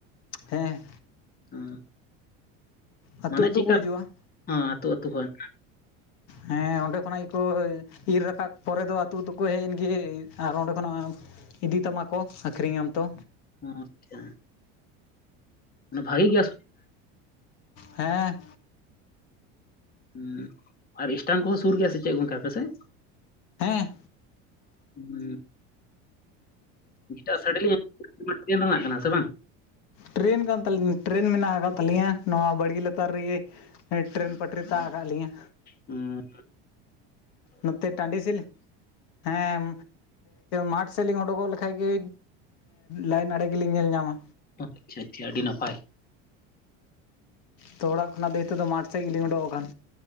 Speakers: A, on the left; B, on the left.
A: ᱦᱮᱸ
B: ᱦᱚ
A: ᱟᱹᱛᱩ
B: ᱢᱟᱱᱮ
A: ᱟᱹᱛᱩ
B: ᱪᱮᱫᱠᱟ
A: ᱠᱚ ᱦᱤᱡᱩᱜᱼᱟ
B: ᱟᱹᱛᱩ ᱟᱹᱛᱩ ᱠᱷᱚᱱ
A: ᱦᱮᱸ ᱚᱸᱰᱮ ᱠᱷᱚᱱᱟᱜ ᱜᱮᱠᱚ ᱤᱨᱻ ᱨᱟᱠᱟᱵ ᱯᱚᱨᱮ ᱫᱚ ᱟᱹᱛᱩ ᱫᱚᱠᱚ ᱦᱮᱡ ᱮᱱ ᱜᱮ ᱟᱨ ᱚᱸᱰᱮ ᱠᱷᱚᱱᱟᱜ ᱤᱫᱤ ᱛᱟᱢᱟ ᱠᱚ ᱟᱹᱠᱷᱨᱤᱧᱟᱢ ᱛᱚ᱾
B: ᱦᱚ ᱟᱪᱪᱷᱟ ᱢᱟᱱᱮ ᱵᱷᱟᱜᱤ ᱜᱮᱭᱟ᱾
A: ᱦᱮᱸ
B: ᱦᱩ ᱟᱨ ᱮᱥᱴᱮᱱ ᱠᱚᱦᱚᱸ ᱥᱩᱨ ᱜᱮᱭᱟ ᱥᱮ ᱪᱮᱫ ᱥᱮ
A: ᱦᱮᱸ
B: ᱦᱮᱸ ᱮᱴᱟᱜ ᱥᱟᱰᱮ ᱞᱤᱧ ᱴᱮᱱ ᱨᱮᱱᱟᱜ ᱠᱟᱱᱟ ᱥᱮ ᱵᱟᱝ
A: ᱴᱨᱮᱱ ᱠᱟᱱ ᱛᱟᱞᱤᱧ ᱴᱨᱮᱹᱱ ᱢᱮᱱᱟᱜ ᱟᱠᱟᱫ ᱛᱟᱹᱞᱤᱧᱟ ᱱᱚᱣᱟ ᱵᱟᱲᱜᱮ ᱞᱟᱛᱟᱨ ᱨᱮᱜᱮ ᱴᱮᱨᱮᱱ ᱯᱟᱹᱴᱨᱤ ᱛᱟᱜ ᱠᱟᱫ ᱞᱤᱧᱟᱹ
B: ᱦᱩ
A: ᱱᱚᱛᱮ ᱴᱟᱺᱰᱤ ᱥᱮᱞᱤ ᱦᱮᱸ ᱢᱟᱴᱷ ᱥᱮᱫ ᱞᱤᱧ ᱩᱰᱩᱠᱚᱜ ᱞᱮᱠᱷᱟᱡ ᱜᱮ ᱞᱟᱭᱤᱱ ᱟᱲᱮ ᱜᱮᱞᱤᱧ ᱧᱮᱞ ᱧᱟᱢᱟ᱾
B: ᱟᱪᱪᱷᱟ ᱟᱪᱪᱷᱟ ᱟᱹᱰᱤ ᱱᱟᱯᱟᱭ
A: ᱛᱚ ᱚᱲᱟᱜ ᱠᱷᱚᱱᱟᱜ ᱫᱚ ᱱᱤᱛᱚᱜ ᱫᱚ ᱢᱟᱴᱷᱮᱫ ᱜᱮᱞᱤᱧ ᱩᱰᱠ ᱟᱠᱟᱱ᱾